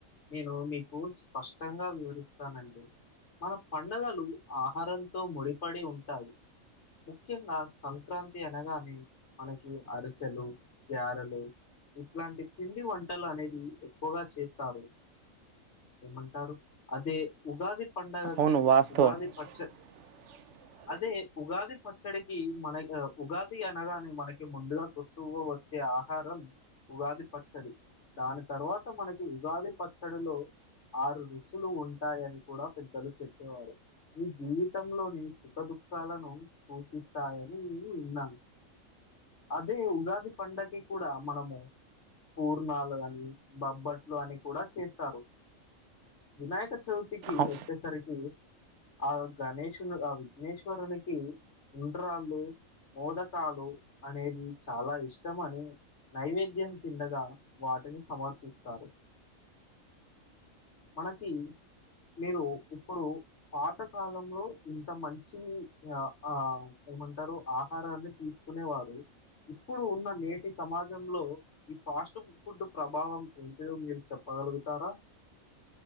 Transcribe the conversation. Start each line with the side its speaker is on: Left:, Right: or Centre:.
Left: నేను మీకు స్పష్టంగా వివరిస్తానండి మన పండగలు ఆహారంతో ముడిపడి ఉంటాయి ముఖ్యంగా సంక్రాంతి అనగానే మనకి అరిసెలు గారెలు ఇట్లాంటి పిండి వంటలు అనేది ఎక్కువగా చేస్తారు ఏమంటారు అదే ఉగాది పండుగకి
Right: అవును వాస్తవం
Left: ఉగాది పచ్చ
Right: <unintelligible>
Left: అదే ఉగాది పచ్చడికి మన ఉగాది అనగానే మనకి ముందుగా కొట్టు వచ్చే ఆహారం ఉగాది పచ్చడి దాని తర్వాత మనకి ఉగాది పచ్చడిలో ఆరు రుచులు ఉంటాయని కూడా పెద్దలు చెప్పేవారు మీ జీవితంలోని సుఖ దుఃఖాలను సూచిస్తాయని నేను ఉన్నాను అదే ఉగాది పండకి కూడా మనము పూర్ణాలు అని బబ్బట్లు అని కూడా చేస్తారు వినాయక చవితి కి
Right: అ-
Left: వచ్చేసరికి ఆ గణేషుని ఆ విఘ్నేశ్వరునికి ఉండ్రాళ్ళు మోదకాలు అనేది చాలా ఇష్టం అనే నైవేద్యం కిందగా వాటిని సమర్పిస్తారు మనకి మీరు ఇప్పుడు పాత కాలంలో ఇంత మంచి ఆ ఆ ఏమంటారు ఆహారాన్ని తీసుకునే వారు ఇప్పుడు ఉన్న నేటి సమాజంలో ఈ ఫాస్ట్ ఫుడ్ ప్రభావం ఏంట మీరు చెప్పగలుగుతారా